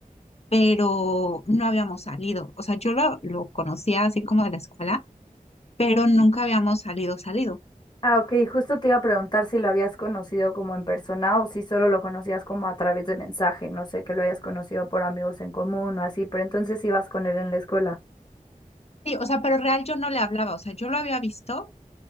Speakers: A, on the left; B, on the left.
A: pero no habíamos salido. O sea, yo lo, lo conocía así como de la escuela pero nunca habíamos salido, salido.
B: Ah, ok, justo te iba a preguntar si lo habías conocido como en persona o si solo lo conocías como a través de mensaje, no sé, que lo hayas conocido por amigos en común o así, pero entonces ibas con él en la escuela.
A: Sí, o sea, pero real yo no le hablaba, o sea, yo lo había visto